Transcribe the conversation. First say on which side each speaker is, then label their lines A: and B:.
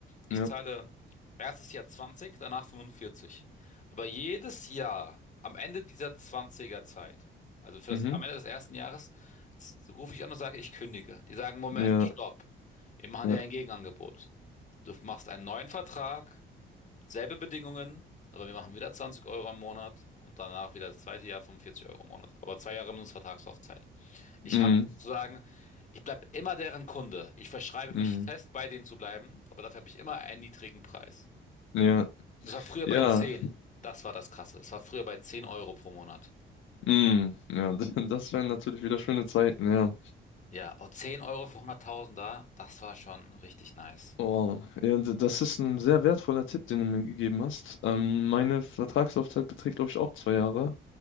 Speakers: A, on the left; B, on the left.
A: Ich
B: ja,
A: zahle erstes Jahr 20, danach 45. Aber jedes Jahr, am Ende dieser 20er Zeit, also für
B: mhm,
A: das, am Ende des ersten Jahres, z- rufe ich an und sage, ich kündige. Die sagen, Moment,
B: ja,
A: stopp. Wir machen
B: ja,
A: dir ein Gegenangebot. Du machst einen neuen Vertrag Selbe Bedingungen, aber wir machen wieder 20 Euro im Monat und danach wieder das zweite Jahr 45 Euro im Monat. Aber zwei Jahre Mindestvertragslaufzeit. Ich
B: mhm,
A: kann sozusagen, ich bleibe immer deren Kunde. Ich verschreibe mich
B: mhm,
A: fest, bei denen zu bleiben, aber dafür habe ich immer einen niedrigen Preis.
B: ja,
A: Das war früher
B: ja.
A: bei 10. Das war das Krasse. Es war früher bei 10 Euro pro Monat.
B: Mm, ja, <laughs> d- das wären natürlich wieder schöne Zeiten, ja.
A: Ja, oh, 10 Euro für 100.000 da, das war schon richtig nice.
B: Oh, ja, d- das ist ein sehr wertvoller Tipp, den du mir gegeben hast. Ähm, meine Vertragslaufzeit beträgt, glaube ich, auch zwei Jahre.